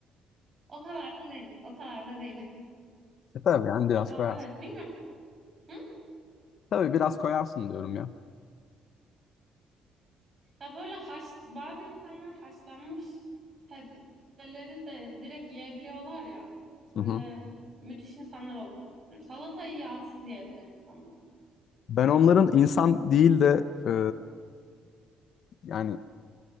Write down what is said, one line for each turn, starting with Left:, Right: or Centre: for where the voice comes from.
Right: <laughs> O kadar da değil. O kadar da değil. <laughs>
Left: E tabii yani biraz
Right: Ya,
Left: koyarsın.
Right: evet bilmiyorum. Hı?
Left: Tabii biraz koyarsın diyorum ya.
Right: Ya böyle haş, bazı insanlar haşlanmış sebzeleri de direkt yiyebiliyorlar ya. Böyle
Left: Hı hı.
Right: müthiş insanlar oldu. Salatayı yağsız yiyebilen insanlar.
Left: Ben onların insan değil de e, yani